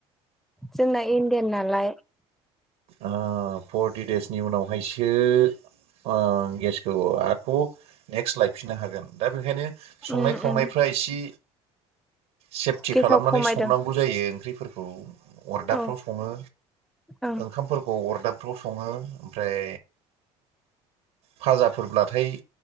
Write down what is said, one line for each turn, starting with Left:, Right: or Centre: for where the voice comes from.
Centre: जोंना इणडियान नालाय
Right: अ फर्टि देसनि उनावहायसो अ गेसखौ आख' नेक्स्ट लायफिननो हागोन। दा बेखायनो संनाय
Centre: उम
Right: खावनायफ्रा
Centre: उम
Right: इसे सेफटि
Centre: गेसाव
Right: खालामनानै
Centre: खमायदों
Right: संनांगौ जायो ओंख्रि अरदाबफ्राव
Centre: औ
Right: सङो
Centre: ओं
Right: ओंखामफोरखौ अरदाबफ्राव सङो ओमफ्राय फाजाफोरब्लाथाय